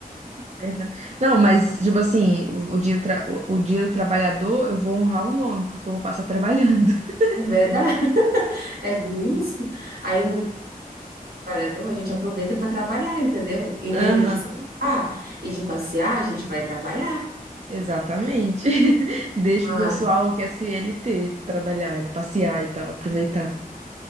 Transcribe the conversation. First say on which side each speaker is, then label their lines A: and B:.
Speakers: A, on the right (about 50°); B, on the right (about 80°).
A: Verdade. Não, mas, tipo assim, o, o dia, tra- o, o dia do trabalhador, eu vou honrar o nome, porque eu vou passar trabalhando. <laughs>
B: É verdade? <laughs> É bem isso. Aí no trabalhador a gente aproveita para trabalhar, entendeu? Em vez
A: Aham,
B: de descansar e de passear, a gente vai trabalhar.
A: exatamente. <laughs> Deixa
B: Ah,
A: o pessoal que é CLT trabalhar, né, passear e tal, aproveitar.